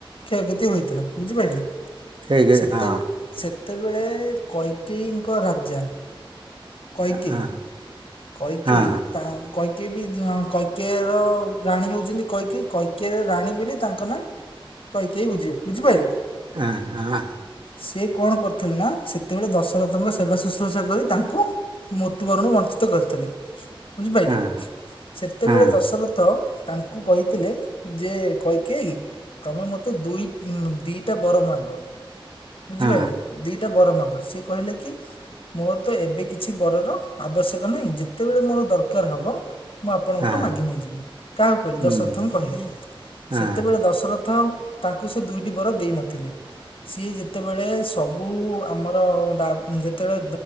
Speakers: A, on the left (about 75°); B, on the right (about 60°).
A: କ୍ଷୟକ୍ଷତି ହୋଇଥିଲା ବୁଝିପାରିଲେ
B: ଠିକ୍
A: ସେତେ
B: ହଁ
A: ସେତେବେଳେ କଇକେଇଙ୍କ ରାଜା କଇକେଇ।
B: ହଁ
A: କୈକେୟୀ।
B: ହଁ
A: ତା କୈକେଇ ବି କୈକେଆର ରାଣୀ ହେଉଛନ୍ତି କଇକେଇ କୈକିଆର ରାଣୀ ବୋଲି ତାଙ୍କ ନାଁ କୈକେୟୀ ବୁଝ ବୁଝିପାରିଲେ।
B: ହଁ ହଁ।
A: ସେ କଣ କରିଥିଲେ ନା ସେତେବେଳେ ଦଶରଥଙ୍କ ସେବା ଶୁଶ୍ରୂଷା କରି ତାଙ୍କୁ ମୃତ୍ୟୁବରଣରୁ ବଞ୍ଚିତ କରିଥିଲେ ବୁଝିପାରିଲେ
B: ହଁ
A: ସେତେବେଳେ
B: ହଁ
A: ଦଶରଥ ତାଙ୍କୁ କହିଥିଲେ ଯେ କୈକେୟୀ ତମେ ମତେ ଦୁଇ ଦିଟା ବର ମାଗ ବୁଝିପାରିଲେ।
B: ହଁ
A: ଦିଟା ବର ମାଗ ସିଏ କହିଲେ କି ମୋର ତ ଏବେ କିଛି ବରର ଆବଶ୍ୟକ ନାଇଁ ଯେତେବେଳେ ମୋର ଦରକାର ହବ। ମୁଁ ଆପଣଙ୍କଠୁ
B: ହଁ
A: ମାଗି ନେଇଯିବି କାହାକୁ କହିଲି
B: ହୁଁ
A: ଦଶରଥଙ୍କୁ କହିଲି
B: ହଁ
A: ସେତେବେଳେ ଦଶରଥ ତାଙ୍କୁ ସେ ଦୁଇଟି ବର ଦେଇ ନଥିଲେ ସିଏ ଯେତେବେଳେ ସବୁ ଆମର ଯେତେବେଳେ